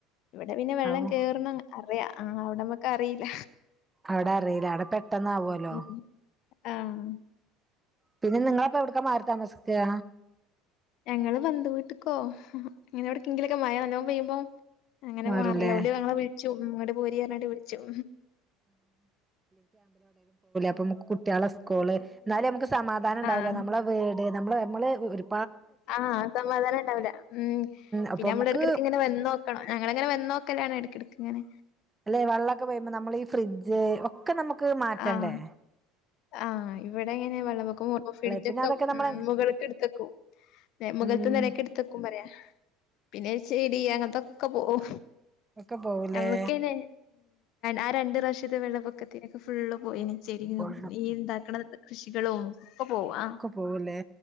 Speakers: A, on the left (about 60°); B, on the right (about 15°).
A: ഇവടെ പിന്നേ വെള്ളം
B: ആവൂ
A: കേർണ അർയാ ആ അവ്ടമ്മക്കറീല്ല
B: അവ്ടറീല അവ്ടെ പെട്ടന്നാവോല്ലോ
A: ഉം ആഹ്
B: പിന്നെ നിങ്ങളപ്പെവ്ട്ക്കാ മാറി താമസിക്കാ
A: ഞങ്ങള് ബന്ധു വീട്ട്ക്കോവ് പിന്നെവ്ട് കിങ്കിലൊക്കെ മയ നല്ലോം പെയ്യുമ്പം അങ്ങനെ
B: മാറൂലേ
A: മാർലാ ഓല് ഞങ്ങളെ വിൾച്ചും ഇങ്ങട് പോരീയർഞ്ഞിട്ട് വിൾച്ചും
B: പ്പമ്മക്ക് കുട്ട്യാളെസ്ക്കൂള് ഇന്നാലും ഞമ്മക്ക് സ് സമാധാനണ്ടാവ്ല
A: ആഹ്
B: നമ്മളെ വീ തെ നമ്മളെ നമ്മളെ ഒ ഒരു
A: ആഹ് സമാദാനണ്ടാവൂല ഉം
B: അപ്പൊ
A: ന്നെ ഞമ്മളെടക്കെടക്കിങ്ങനെ
B: നമുക്ക്
A: വന്നോക്കണം. ഞങ്ങളങ്ങനെ വന്നോക്കലാണ് ഇടക്കെടക്കിങ്ങനെ
B: അതേ വെള്ളം വെള്ളമൊക്കെവരുമ്പോ നമ്മളീ ഫ്രിഡ്ജ്, ഒക്കെ നമുക്കുമാറ്റണ്ടേ.
A: ആഹ് ആഹ് ഇവിടിങ്ങനെ വെള്ളം വക്കുമ്പോ ഫ്രിഡ്ജൊക്കെ
B: പിന്നെ അതൊക്കെ നമ്മള്
A: മുകളേക്കെടുത്തു വയ്ക്കും. മുകളിലത്തെ
B: ഉം
A: നിലയിലേക്ക് എടുത്തു വയ്ക്കും പറയുവ പിന്നെ ചെ.. എടീ അങ്ങതൊക്കെപോം
B: ഒക്കെ പോവൂലേ
A: നമ്മക്കയ്നെ ആ രണ്ട് പ്രാവശ്യത്തെ വെള്ളപ്പൊക്ക പ്പൊക്കത്തിലെക്കെ ഫുള്ള് പോയീനി ചെരിങ്ങും
B: കൊള്ളും
A: യുണ്ടാക്കുന്ന കൃഷികളൊക്കെ പോകും ആ
B: ഒക്കെ പോവൂലേ